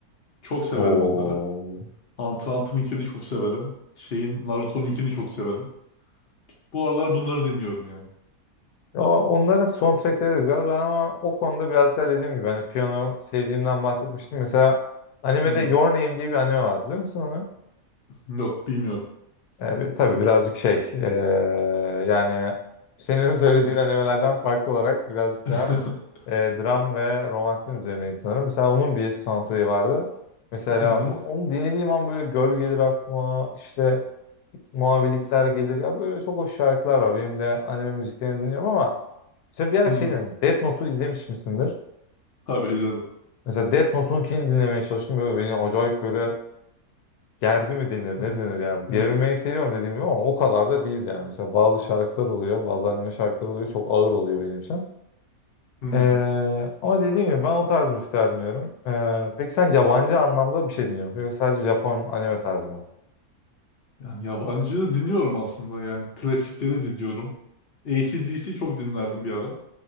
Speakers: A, on the left; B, on the left.
A: Çok severim
B: Oo.
A: onları. Hunter x Hunter'ınkini çok severim. Şeyin Naruto'nunkini çok severim. Bu aralar bunları dinliyorum yani.
B: Ya onların soundtrackleri de güzel Ben ama o konuda biraz daha dediğim gibi hani piyano sevdiğimden bahsetmiştim. Mesela animede
A: Hmm,
B: Your Name diye bir anime var biliyor musun onu?
A: Yok bilmiyorum.
B: E, bir- tabii birazcık şey e, yani senin söylediğin
A: Hmm.
B: animelerden farklı olarak birazcık
A: <laughs>
B: daha e, dram ve romantizm üzerineydi sanırım. Mesela onun bir soundtrack'i vardı. Mesela
A: Hı hı,
B: bu- onu dinlediğim an böyle göl gelir aklıma işte mavilikler gelir ya böyle çok hoş şarkılar var. Benim de anime müziklerini dinliyorum ama mesela bir ara
A: hı.
B: şey dedim. Death Note'u izlemiş misindir?
A: Tabii izledim.
B: Mesela Death Note'un için dinlemeye çalıştım. Böyle beni acayip böyle Gerdi mi denir
A: Hı,
B: ne denir ya. Gerilmeyi
A: hı,
B: seviyorum dediğim gibi ama o kadar da değil yani. Mesela bazı şarkılar oluyor bazı anime şarkılar oluyor çok ağır oluyor benim için.
A: hı.
B: Ee, ama dediğim gibi ben o tarz müzikler dinliyorum. Ee, peki sen yabancı anlamda bir şey dinliyor musun? Yoksa sadece Japon anime tarzı mı?
A: Yani yabancı dinliyorum aslında yani klasikleri dinliyorum. AC/DC çok dinlerdim bir ara.